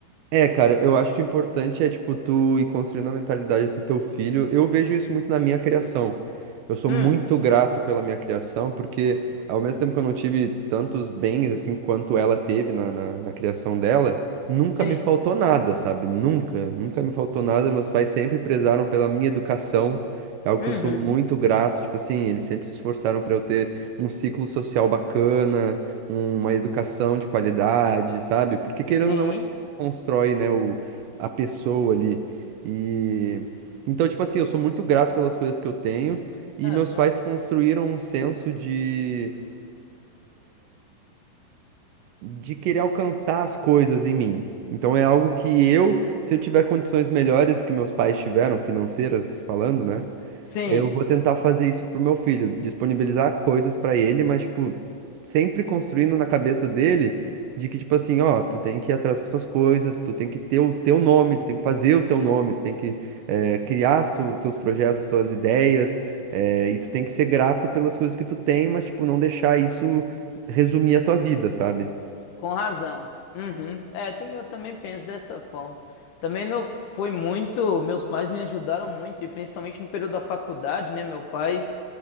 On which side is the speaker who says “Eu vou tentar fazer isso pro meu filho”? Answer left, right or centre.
Right